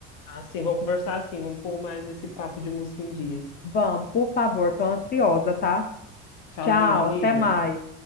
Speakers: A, on the left; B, on the left.
A: Assim, vamos conversar assim, vamos pôr mais esse papo de música em dia.
B: Vamos, por favor, tô ansiosa, tá?
A: Tchauzinho,
B: Tchau,
A: amiga.
B: até mais.